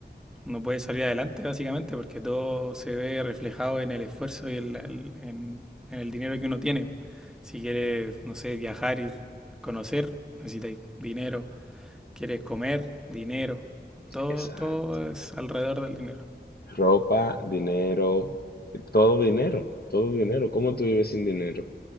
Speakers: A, in the centre; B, on the left.
A: no puede salir adelante, básicamente, porque todo se ve reflejado en el esfuerzo y en, la- en- en el dinero que uno tiene. Si quieres, no sé, viajar y conocer, necesitas dinero. Quieres comer, dinero. Todo,
B: Exacto.
A: todo es alrededor del dinero.
B: Ropa, dinero, todo dinero, todo dinero. ¿Cómo tú vives sin dinero?